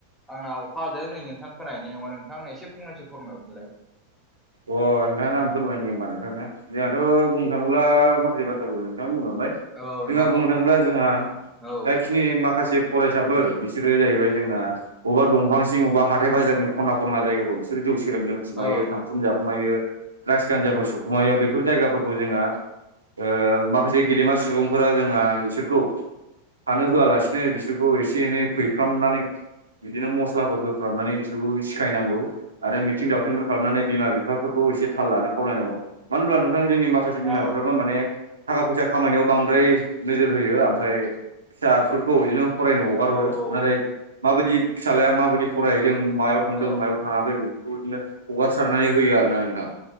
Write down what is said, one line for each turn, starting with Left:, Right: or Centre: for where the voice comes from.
Centre: आंना अखा हादों नै नोंथां खोनाहैनाय नङा नोंथांं एसे फंनैसो फोरमायहरफिनलाय
Right: अ नोंथां आं फोरमायनो होमबा नोंथां नो जोंहाथ' बुंनो थाङोब्ला माखासे बाथ्राफोरखौ नोंथाङानो बुंलांबाय
Centre: औ नोंथां
Right: जोंहा बुंनो
Centre: औ
Right: थाङोब्ला जोंहा
Centre: औ
Right: जायखि नि माखासे फरायसाफोर बिसोरो जाहैबाय जोंहा अबा दंफांं सिं अबा हथायाइ बाजारनि खना खनला जायगाफ्राव बिसोर जौ सेरेब लोंखुमायो
Centre: औ
Right: थांखु जाखु खुमायो द्राग्स गान्जाफोर सोबखुमायो बेफोर जायगाफोरखौ जोंहा ओ माखासे गेदेमा सुबुंफोरा जोंहा बिसोरखौ थानो होआलासिनो बिसोरखौ एसे एनै फैफ्रामनानै बिदिनो मस्लाफोर होफ्रामनानै बिसोरखौ सिखायनांगौ आरो मिथिं दावथिंफोर खालामनानै बिमा बिफा फाफोरखौ एसे थाल लानो खावलायनांगौ मानो होनब्ला नोंथां जोंनि माखासे बिमा
Centre: औ
Right: बिफाफ्राबो माने थाखा फैसा खामायनायाव बांद्राय नोजोर होयो ओमफ्राय फिसाफोरखौ बिदिनो फरायनो हगार
Centre: औ
Right: हरो
Centre: औ
Right: नाथाय माबायदि फिसााज्लाया माबायदि फरायहैदों मायाव थांदों
Centre: औ
Right: मायाव थाङाखै बेफोरखौ बिदिनो हगासारनानै होयो आरो ना नोंथां